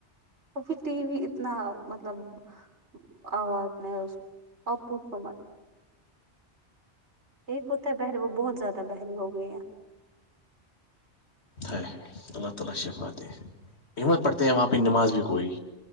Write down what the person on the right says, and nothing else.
وہ بھی ٹی وی اتنا مطلب- آوات میں آپو ف ایک ہوتا ہے بحری وہ بہت زیادہ بحری ہو گئی ہے